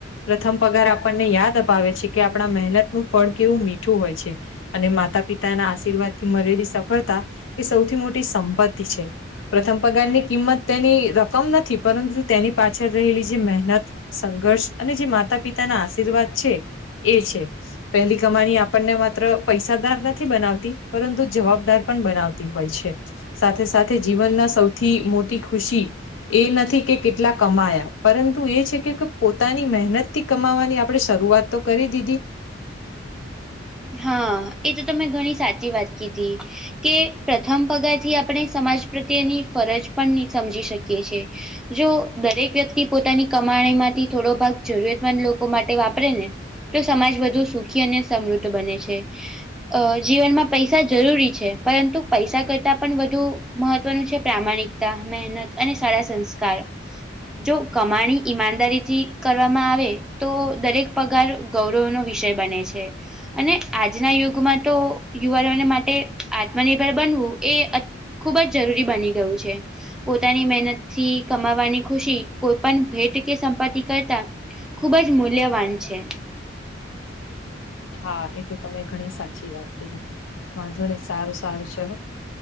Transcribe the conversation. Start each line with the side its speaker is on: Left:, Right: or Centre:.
Left: પ્રથમ પગાર આપણને યાદ અપાવે છે કે આપણા મહેનત નું ફળ કેવું મીઠું હોય છે. અને માતા પિતાના આશીર્વાદ થી મળેલી સફળતા એ સૌથી મોટી સંપત્તિ છે. પ્રથમ પગારની કિંમત તેની રકમ નથી પરંતુ તેની પાછળ રહેલી જે સંઘર્ષ અને જે માતા પિતાના આશીર્વાદ છે એ છે. પહેલી કમાની આપણને માત્ર પૈસાદાર નથી બનાવતી પરંતુ જવાબદાર પણ બનાવતી હોય છે. સાથે સાથે જીવનના સૌથી મોટી ખુશી એ નથી કે કેટલા કમાયા પરંતુ એ છે. એક પોતાની મહેનત થી કમાવવાની આપણે શરૂઆત તો કરી દીધી.
Centre: હા. એ તો તમે ઘણી સાચી વાત કીધી. કે પ્રથમ પગારથી આપણે સમાજ પ્રત્યેની ફરજ પણ ની સમજી શકીએ છે. જો દરેક વ્યક્તિ પોતાની કમાણી માંથી થોડો ભાગ જરૂરતમંદ લોકો માટે વાપરે ને તો સમાજ વધુ સુખી અને સમૃદ્ધ બને છે. અહ જીવનમાં પૈસા જરૂરી છે. પરંતુ પૈસા કરતાં પન વધુ મહત્વનું છે પ્રામાણિકતા, મહેનત અને સારા સંસ્કાર. જો કમાણી ઈમાનદારીથી કરવામાં આવે તો દરેક પગાર ગૌરવનો વિષય બને છે. અને આજના યુગમાં તો યુવાનોને માટે આત્મનિર્ભર બનવું એ અત ખુબ જ જરૂરી બની ગયું છે. પોતાની મહેનત થી કમાવાની ખુશી કોઈ પણ ભેટ કે સંપત્તિ કરતા ખુબ જ મૂલ્યવાન છે.
Left: હા. એ તો તમે ઘણી સાચી વાત કીધી. વાંધો નહીં. સારું-સારું ચલો.